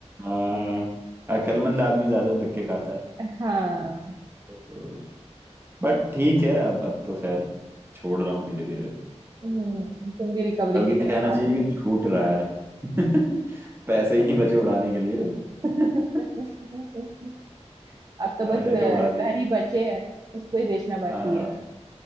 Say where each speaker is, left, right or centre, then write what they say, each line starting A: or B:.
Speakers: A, on the right; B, on the right.
A: हाँ, अक्लमंद आदमी ज्यादा धक्के खाता है
B: हाँ
A: तो, बट ठीक है अब अब तो खैर छोड़ रहा हूँ धीरे धीरे
B: हम्म, तुम भी रिकवरी
A: बल्कि
B: की तरफ
A: कहना चाहिए
B: आ रहे हो
A: कि छूट रहा है <laughs> पैसे
B: ठीक
A: ही नहीं बचे उड़ाने के लिए <laughs>
B: है। <laughs> अब तो बस
A: सारे
B: अ,
A: तो उड़ा दिए
B: घर ही बचे हैं उसको ही बेचना बाकी
A: हाँ
B: है